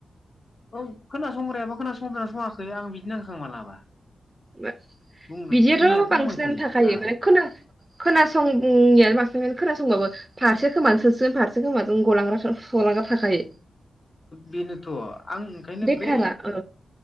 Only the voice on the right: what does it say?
<unintelligible>
बिदियाथ'
बांसिनानो
थाखायो
माने ख खोनासंनायानो बांसिन खोनासंबाबो फारसे खोमासोसो फारसे खोमा जों गलांग्रा गलांग्रा थाखायो।
बेखारा
औ